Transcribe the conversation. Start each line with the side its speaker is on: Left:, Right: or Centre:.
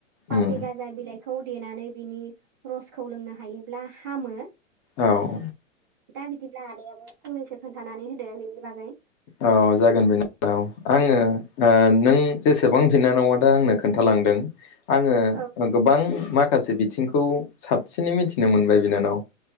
Right: पाथे
Left: उम
Right: गाजा बिलाइखौ देनानै बिनि रसखौ लोंनो हायोब्ला हामो।
Left: औ
Right: दा बिदिब्ला आदायाबो फंनैसो खोन्थानानै होदो बेनि बागै
Left: औ जागोन बिनानाव आङो नों जेसेबां बिनानावा दा आंनो खोन्थालांदों आङो
Right: औ
Left: गोबां मा माखासे बिथिंखौ साबसिनै मिथिनो मोनबाय बिनानाव